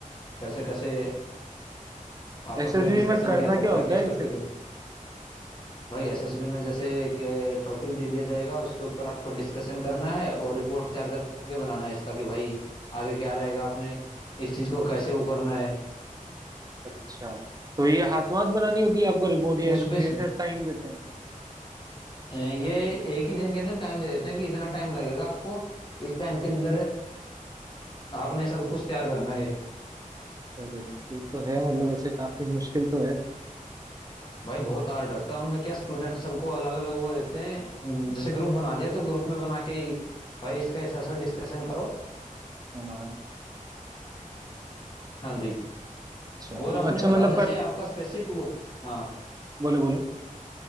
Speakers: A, on the left; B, on the right.
A: कैसे कैसे आपस
B: एसएसबी
A: में डिस्कशन
B: में करना
A: किया जाता
B: क्या होता
A: है किस
B: है एग्जैक्ट
A: टॉपिक पे भाई एसएसबी में जैसे एक टॉपिक दे दिया जाएगा उसके ऊपर आपको डिस्कशन करना है और रिपोर्ट तैयार करके बनाना है इसका कि भाई आगे क्या रहेगा आपने इस चीज को कैसे वो करना है
B: अच्छा तो ये हाथों हाथ बनानी होती है आपको रिपोर्ट या
A: उस
B: इसके
A: बेस
B: लिए ऐसे टाइम देते हैं
A: ये एक ही दिन के अंदर टाइम दे देते हैं कि इतना टाइम लगेगा आपको इस टाइम के अंदर आपने सब कुछ तैयार करना है
B: अरे ये तो है मतलब ऐसे काफी मुश्किल तो है
A: भाई बहुत हार्ड रहता है उनमें क्या स्टूडेंट सबको अलग अलग वो देते हैं जैसे ग्रुप बना दिया तो ग्रुप में बना के ही भाई इसका ऐसा ऐसा डिस्कशन करो
B: हाँ
A: हाँ जी
B: अच्छा
A: और
B: तो
A: आपने
B: अच्छा
A: बताओ
B: मतलब
A: जैसे
B: पर
A: आपका स्पेसिफिक वो हाँ
B: बोलो बोलो